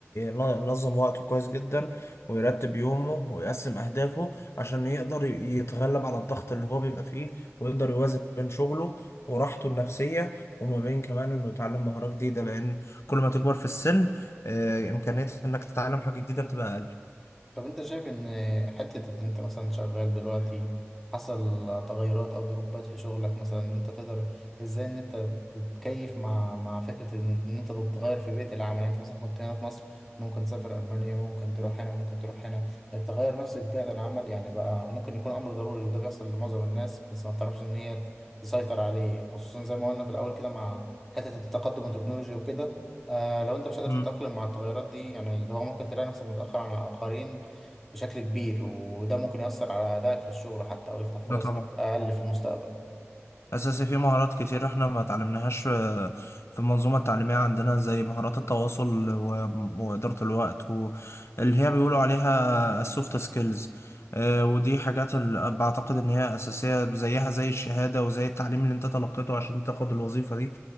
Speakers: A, on the left (about 65°); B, in the centre.
A: ينظم وقته كويس جدا ويرتب يومه ويقسم أهدافه عشان يقدر يتغلب على الضغط اللي هو بيبقى فيه ويقدر يوازن ما بين شغله وراحته النفسية وما بين كمان إنه يتعلم مهارة جديدة لأن كل ما تكبر في السن آه، إمكانية إنك تتعلم حاجة جديدة بتبقى أقل.
B: طب انت شايف ان حتة ان انت مثلا شغال دلوقتي حصل تغيرات او دروبات في شغلك مثلا انت تقدر ازاي ان انت تتكيف مع مع فكرة ان ان انت تتغير في بيئة العمل يعني انت مثلا كنت هنا في مصر ممكن تسافر المانيا ممكن تروح هنا ممكن تروح هنا التغير نفسي في بيئة العمل يعني بقى ممكن يكون امر ضروري وده بيحصل لمعظم الناس بس ما تعرفش ان هي تسيطر عليه خصوصا زي ما قلنا في الاول كده مع حتة التقدم التكنولوجي وكده آه لو انت مش قادر
A: مم.
B: تتأقلم مع التغيرات دي يعني اللي هو ممكن تلاقي نفسك متأخر عن الآخرين بشكل كبير وده ممكن يأثر على أدائك في الشغل حتى أو يفتح فرص
A: ده طبعا
B: ليك أقل في المستقبل
A: أساسي في مهارات كتير إحنا ما اتعلمناهاش في في المنظومة التعليمية عندنا زي مهارات التواصل و- وإدارة الوقت واللي هي بيقولوا عليها السوفت سكيلز ودي حاجات ال- بعتقد إن هي أساسية زيها زي الشهادة وزي التعليم اللي أنت تلقيته عشان تاخد الوظيفة دي